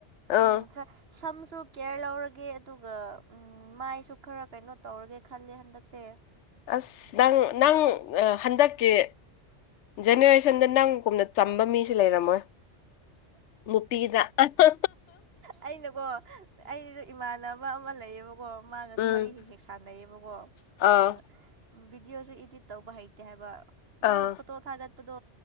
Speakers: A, on the left; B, on the right.
A: ꯑ
B: ꯎꯝ ꯁꯝꯁꯨ ꯀꯦꯌꯔ ꯂꯧꯔꯒꯦ ꯑꯗꯨꯒ ꯎ ꯃꯥꯏꯁꯨ ꯈꯔ ꯀꯩꯅꯣ ꯇꯧꯔꯒꯦ ꯈꯜꯂꯦ ꯍꯟꯗꯛꯁꯦ
A: ꯑꯁ ꯅꯪ ꯅꯪ ꯍꯟꯗꯛꯀꯤ ꯖꯦꯅꯦꯔꯦꯁꯟꯗ ꯅꯪꯒꯨꯝꯅ ꯆꯝꯕ ꯃꯤꯁꯨ ꯂꯩꯔꯝꯃꯣꯏ ꯃꯄꯤꯅ ꯑꯍꯥ
B: ꯑꯩꯅꯀꯣ ꯑꯩꯒꯤꯁꯨ ꯏꯃꯥꯟꯅꯕ ꯑꯃ ꯂꯩꯌꯦꯕꯀꯣ ꯃꯥꯒꯁꯨ
A: ꯎꯝ
B: ꯋꯥꯔꯤ ꯍꯦꯛ ꯍꯦꯛ ꯁꯥꯟꯅꯩꯕꯀꯣ
A: ꯑꯥ
B: ꯑꯗꯨꯒ ꯚꯤꯗꯤꯑꯣꯁꯨ ꯏꯗꯤꯠ ꯇꯧꯕ ꯍꯩꯇꯦ ꯍꯥꯏꯕ
A: ꯑꯥ
B: ꯅꯪꯅ ꯐꯣꯇꯣ ꯊꯥꯒꯠ ꯄꯗꯣ